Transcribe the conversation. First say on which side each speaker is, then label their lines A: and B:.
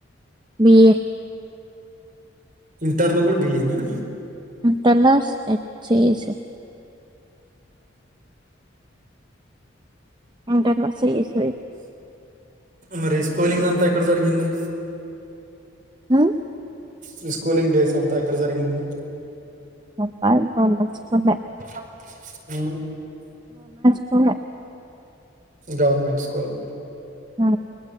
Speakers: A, on the right; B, on the right.
A: బిఏ
B: ఇంటర్ లో కూడా బి ఎ ఎన
A: ఇంటర్ లో సి స్ ఇ ఇంటర్లో సిఎస్
B: మరి స్కూలింగ్ అంతా ఎక్కడ జరిగింది
A: హ
B: మీ స్కూలింగ్ డేస్ అంతా ఎక్కడ జరిగింది
A: <inaudible>
B: అ
A: ఆహ
B: గవర్నమెంట్ స్కూల్
A: ఆ